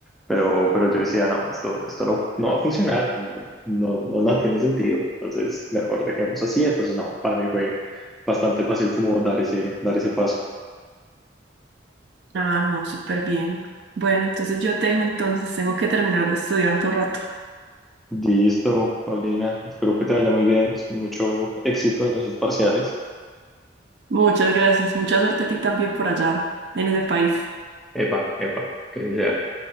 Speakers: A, in the centre; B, on the right.
A: pero, pero yo decía, no, esto, esto no, no va a funcionar, no, no, no, no tiene sentido, entonces mejor dejemos así. Entonces, no, para mí fue bastante fácil como dar ese, dar ese paso.
B: Ah, no, súper bien. Bueno, entonces yo te dejo entonces, tengo que terminar de estudiar otro rato.
A: Listo, Paulina, espero que te vaya muy bien, mucho éxito en esos parciales.
B: Muchas gracias, mucha suerte a ti también por allá, en ese país.
A: Epa, epa, que así sea.